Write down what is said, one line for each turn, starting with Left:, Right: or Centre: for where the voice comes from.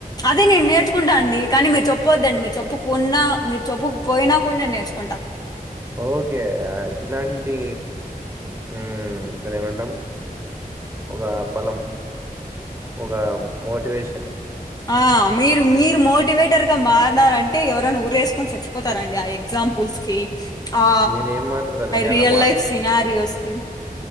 Left: అదే నేను నేర్చుకుంటా అండి కానీ మీరు చెప్పు చెపోద్దండి మీరు చెప్పుకు ఉన్నా మీరు చెప్పుకు పోయినా కూడా నేను నేర్చుకుంటా
Right: ఓకే ఇట్లాంటి ఉం సరే ఏమంటాము ఆ బలం ఒక మోటివేషన్
Left: ఆ మీరు మీరు మోటివేటర్ గా మారీనారంటే ఎవరైనా ఊరేసుకొని చచ్చ పోతారండి ఆ ఎగ్జాంపుల్స్ కి ఆ
Right: మీరు ఏం మాట్లాడతారండి అలా
Left: రియల్ లైఫ్ సినారియోస్ కి